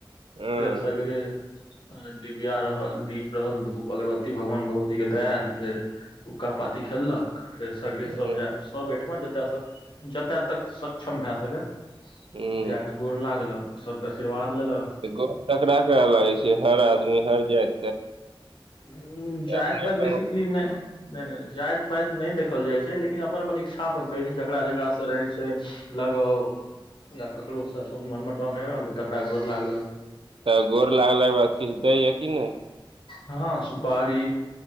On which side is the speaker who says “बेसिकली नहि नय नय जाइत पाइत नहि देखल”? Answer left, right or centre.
Left